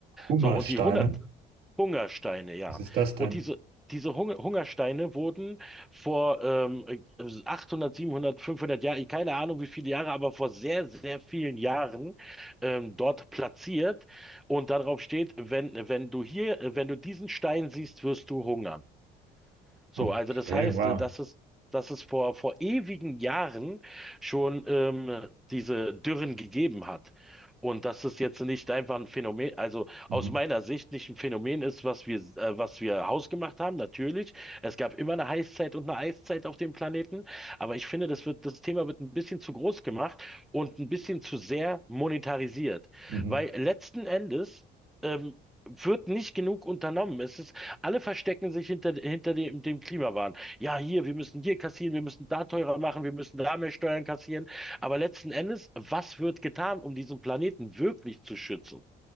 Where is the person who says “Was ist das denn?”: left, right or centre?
Right